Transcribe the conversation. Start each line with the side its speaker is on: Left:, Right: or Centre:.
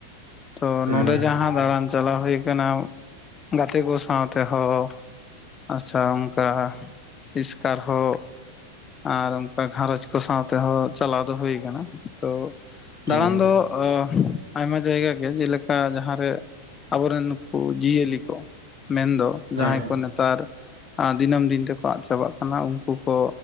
Left: ᱛᱚ
Right: ᱦᱮᱸ
Left: ᱱᱚᱰᱮ ᱡᱟᱦᱟᱸ ᱫᱟᱬᱟᱱ ᱪᱟᱞᱟᱣ ᱦᱩᱭ ᱠᱟᱱᱟ ᱜᱟᱛᱮ ᱠᱚ ᱥᱟᱶ ᱛᱮᱦᱚᱸ ᱟᱪᱪᱷᱟ ᱚᱱᱠᱟ ᱮᱥᱠᱟᱨ ᱦᱚᱸ ᱟᱨ ᱚᱱᱠᱟ ᱜᱷᱟᱨᱚᱸᱡᱽ ᱠᱚ ᱥᱟᱶ ᱛᱮᱦᱚᱸ ᱪᱟᱞᱟᱣ ᱫᱚ ᱦᱩᱭ ᱠᱟᱱᱟ ᱛᱚ
Right: ᱦᱮᱸ
Left: ᱫᱟᱬᱟᱱ ᱫᱚ ᱚ ᱟᱭᱢᱟ ᱡᱟᱭᱜᱟ ᱜᱮ ᱡᱮᱞᱮᱠᱟ ᱡᱟᱦᱟᱸ ᱨᱮ ᱟᱵᱚᱨᱮᱱ ᱱᱩᱠᱩ ᱡᱤᱭᱟᱹᱞᱤ ᱠᱚ ᱢᱮᱱᱫᱚ
Right: ᱦᱮᱸ
Left: ᱡᱟᱦᱟᱸᱭ ᱠᱚ ᱱᱮᱛᱟᱨ ᱫᱤᱱᱟᱹᱢ ᱫᱤᱱ ᱛᱮᱠᱚ ᱟᱫ ᱪᱟᱵᱟᱜ ᱠᱟᱱᱟ ᱩᱱᱠᱩ ᱠᱚ